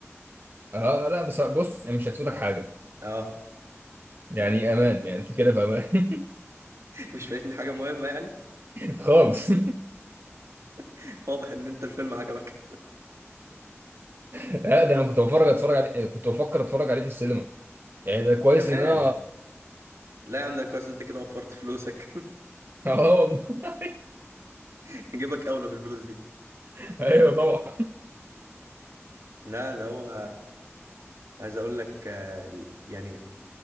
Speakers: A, on the right; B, on the right.
A: اه لا بس بص يعني مش هتفوتك حاجه
B: اه
A: يعني امان يعني انت كده في امان
B: <laughs> مش فايتني حاجه مهمه يعني
A: <laughs> خالص
B: <laughs> واضح ان انت الفيلم عجبك
A: لا ده انا كنت بفرج اتفرج عليه كنت بفكر اتفرج عليه في السينما يعني ده كويس
B: كمان
A: ان انا
B: لا يا عم ده كويس انت كده وفرت فلوسك
A: اه والله.
B: <laughs> جيبك اولى بالفلوس دي
A: <laughs> ايوه طبعا
B: لا ده هو عايز اقول لك آه، ال- يعني